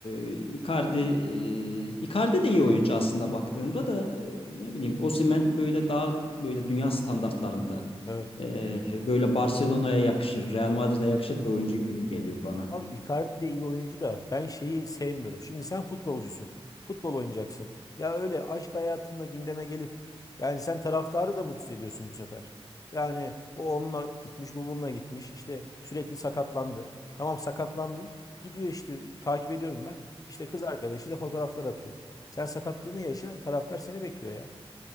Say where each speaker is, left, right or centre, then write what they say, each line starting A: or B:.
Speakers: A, on the left; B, on the left.
A: Ee, Icardi, e, Icardi de iyi oyuncu aslında baktığında da e, ne bileyim Osimhen böyle daha böyle dünya standartlarında
B: Evet.
A: e, böyle Barcelona'ya yakışır, Real Madrid'e yakışır bir oyuncu gibi geliyor bana.
B: Abi Icardi de iyi oyuncu da ben şeyi sevmiyorum. Şimdi sen futbolcusun. Futbol oynayacaksın. Ya öyle aşk hayatınla gündeme gelip yani sen taraftarı da mutsuz ediyorsun bu sefer. Yani o onunla gitmiş, bu bununla gitmiş. İşte sürekli sakatlandı. Tamam sakatlandın. Gidiyor işte takip ediyorum ben. İşte kız arkadaşıyla fotoğraflar atıyor. Sen sakatlığını yaşa, taraftar seni bekliyor ya.